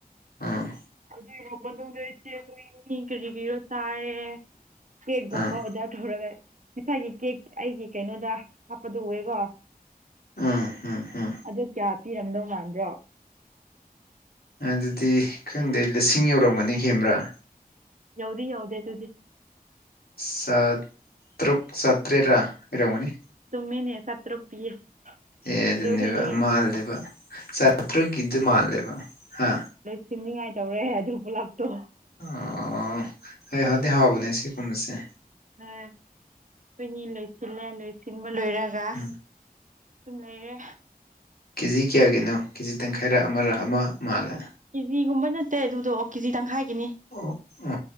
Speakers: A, on the left (about 75°); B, on the right (about 55°).
A: ꯑꯥ
B: <unintelligible> ꯑꯩꯈꯣꯏꯅꯤ ꯀꯔꯤꯀꯔꯤꯔꯣ ꯆꯥꯔꯦ ꯀꯦꯛꯒꯨꯝꯕ
A: ꯑꯥ
B: ꯑꯣꯗꯔ ꯇꯧꯔꯒ ꯉꯁꯥꯏꯒꯤ ꯀꯦꯛ ꯑꯩꯒꯤ ꯀꯩꯅꯣꯗ ꯍꯥꯞꯄꯗꯣ ꯎꯑꯦꯀꯣ
A: ꯎꯝ ꯎꯝ ꯎꯝ
B: ꯑꯗꯨ ꯀꯌꯥ ꯄꯤꯔꯝꯗꯧ ꯃꯥꯟꯕ꯭ꯔꯣ
A: ꯑꯗꯨꯗꯤ ꯈꯪꯗꯦ ꯂꯤꯁꯤꯡ ꯌꯧꯔꯝꯒꯅꯤ ꯍꯦꯝꯕ꯭ꯔꯥ
B: ꯌꯎꯗꯤ ꯌꯎꯗꯦ ꯑꯗꯨꯗꯤ
A: ꯆꯠꯇ꯭ꯔꯨꯛ ꯆꯇ꯭ꯔꯦꯠꯔ ꯄꯤꯔꯝꯒꯅꯤ
B: ꯆꯨꯝꯃꯤꯅꯦ ꯆꯇ꯭ꯔꯨꯛ ꯄꯤꯌꯦ
A: ꯑꯦ ꯑꯗꯨꯅꯦꯕ
B: ꯑꯗꯨ ꯑꯩꯈꯣꯏꯅꯤ
A: ꯃꯥꯜꯂꯦꯕ ꯆꯥꯇ꯭ꯔꯨꯛꯒꯤꯗꯨ ꯃꯥꯜꯂꯦꯕ ꯍꯥ
B: ꯁꯤꯅꯤꯡꯉꯥꯏ ꯇꯧꯔꯦ ꯑꯗꯨ ꯄꯨꯂꯞꯇꯣ
A: ꯑꯣ ꯍꯣꯏ ꯍꯥꯎꯗꯤ ꯍꯥꯎꯕꯅꯦ ꯁꯤꯒꯨꯝꯕꯁꯦ
B: ꯍꯣꯏ ꯑꯩꯈꯣꯏꯅꯤ ꯂꯣꯏꯁꯤꯜꯂꯦ ꯂꯣꯏꯁꯤꯟꯕ ꯂꯣꯏꯔꯒ
A: ꯎꯝ
B: ꯁꯨꯝ ꯂꯩꯔꯦ
A: ꯀꯦꯖꯤ ꯀꯌꯥꯒꯤꯅꯣ ꯀꯦꯖꯤ ꯇꯪꯈꯥꯏꯔ ꯑꯃꯔ ꯑꯃ ꯃꯥꯜꯂꯦ
B: ꯀꯦꯖꯤꯒꯨꯝꯕ ꯅꯠꯇꯦ ꯑꯗꯨꯗꯣ ꯀꯦꯖꯤ ꯇꯪꯈꯥꯏꯒꯤꯅꯤ
A: ꯑꯣ ꯎꯝ